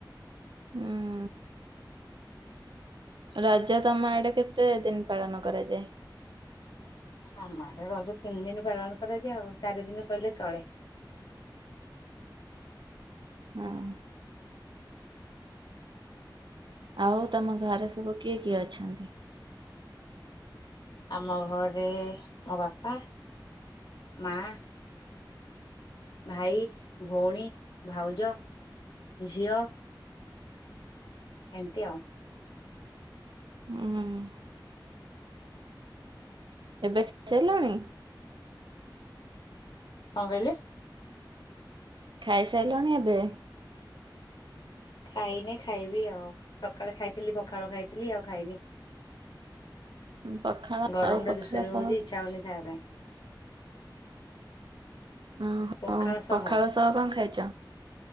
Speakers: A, on the right (about 75°); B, on the left (about 65°).
A: ହୁଁ। ରଜ ତମ ଆଡେ କେତେ ଦିନ୍ ପାଳନ କରାଯାଏ?
B: ଆମ ଆଡେ ରଜ ତିନ୍ ଦିନ୍ ପାଳନ କରାଯାଏ ଆଉ, ଚାରି ଦିନ୍ କହିଲେ ଚଳେ।
A: ହଁ। ଆଉ ତମ ଘରେ ସବୁ କିଏ-କିଏ ଅଛନ୍ତି?
B: ଆମ ଘରେ ମୋ ବାପା, ମା ଭାଇ, ଭଉଣୀ, ଭାଉଜ, ଝିଅ ଏମ୍ତି ଆଉ।
A: ହୁଁ। ଏବେ ଖାଇସାରିଲଣି?
B: କଣ କଇଲେ?
A: ଖାଇସାରିଲଣି ଏବେ?
B: ଖାଇନି ଖାଇବି ଆଉ, ସକାଳେ ଖାଇଥିଲି ପଖାଳ ଖାଇଥିଲି ଆଉ ଖାଇନି।
A: ପଖାଳ
B: ଗରମ୍
A: ଆଉ ପଖାଳ
B: ଟା ଜୋର୍ ସୋରେ ହଉଚି,
A: ସହ
B: ଇଚ୍ଛା ହଉନି ଖାଇବା ପାଇଁ।
A: ଓହୋ
B: ପଖାଳ ସହ
A: କଣ ଖାଇଛ?